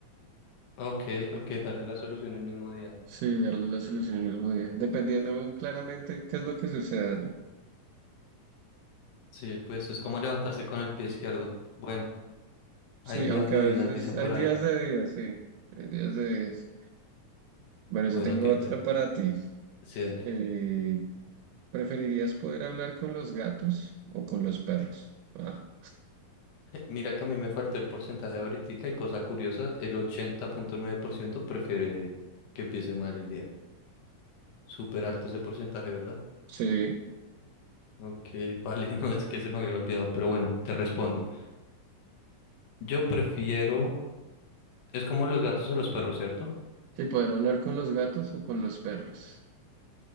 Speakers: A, on the left; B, on the right.
A: Ok, ok, darle la solución el mismo día.
B: Sí, darle la solución el mismo día, dependiendo claramente qué es lo que suceda, ¿no?
A: Sí, pues es como levantarse con el pie izquierdo. Bueno.
B: Sí,
A: Hay días
B: aunque
A: de
B: a veces
A: días, dicen
B: hay
A: por
B: días
A: ahí.
B: de días, sí, hay días de días. Bueno, yo
A: Bueno,
B: tengo
A: que
B: otra
A: te...
B: para ti.
A: Sí, dale.
B: Eh, ¿Preferirías poder hablar con los gatos o con los perros? Ah,
A: <laughs> Mira que a mí me faltó el porcentaje ahorita y cosa curiosa, el ochenta punto nueve por ciento prefiere que empiece mal el día. Súper alto ese porcentaje, ¿verdad?
B: sí.
A: Ok, vale, <laughs> no es que se me había olvidado, pero bueno, te respondo. Yo prefiero, es como los gatos o los perros, ¿cierto?
B: Sí, poder hablar con los gatos o con los perros.